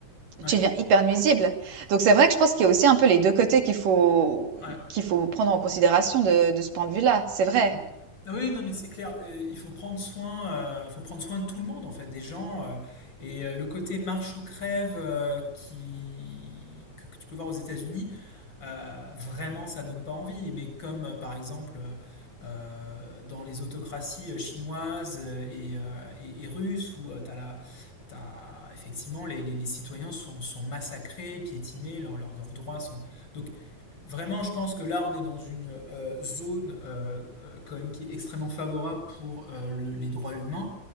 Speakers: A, on the left; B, on the right.
A: ouais,
B: tu deviens hyper nuisible. Donc c'est vrai que je pense qu'il y a aussi un peu les deux côtés qu'il faut
A: ouais.
B: qu'il faut prendre en considération de, de ce point de vue-là. C'est vrai.
A: Ouais. Ah Oui, non, mais c'est clair. euh, Il faut prendre soin, euh, faut prendre soin de tout le monde en fait, des gens. euh, et euh, le côté marche ou crève euh, qui que, que tu peux voir aux États-Unis, euh, vraiment, ça donne pas envie. Mais comme euh, par exemple euh, euh, dans les autocraties euh, chinoises euh, et, euh, et- et russes, où tu as la, t'as- effectivement les, les- les citoyens sont, sont massacrés, piétinés, leurs leurs- leurs droits sont. Donc Vraiment, je pense que là, on est dans une euh, zone euh, euh, quand même qui est extrêmement favorable pour euh, le- les droits humains.